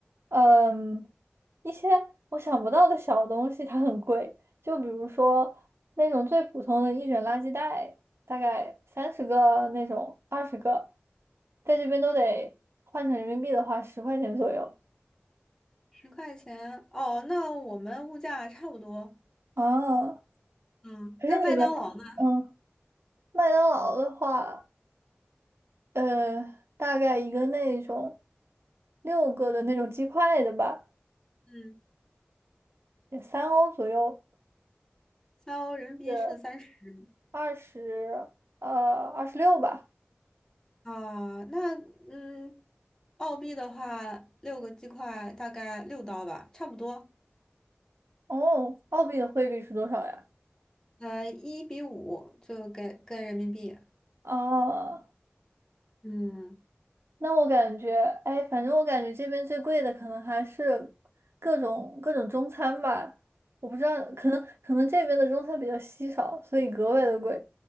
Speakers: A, on the right; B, on the left.
A: 嗯，一些我想不到的小东西它很贵，就比如说那种最普通的一卷垃圾袋，大概三十个那种，二十个，在这边都得换成人民币的话，十块钱左右。
B: 十块钱，哦，那我们物价差不多。
A: 啊，
B: 嗯，
A: 可是你们，
B: 那麦当劳呢？
A: 嗯，麦当劳的话，呃，大概一个那种六个的那种鸡块的吧，
B: 嗯，
A: 也三欧左右，
B: 三欧人民币是三十
A: 是二十，呃，二十六吧。
B: 啊，那嗯，澳币的话，六个鸡块大概六刀吧，差不多。
A: 哦，澳币的汇率是多少呀？
B: 呃，一比五就给跟人民币。
A: 啊，
B: 嗯
A: 那我感觉，哎，反正我感觉这边最贵的可能还是各种各种中餐吧。我不知道，可能可能这边的中餐比较稀少，所以格外的贵。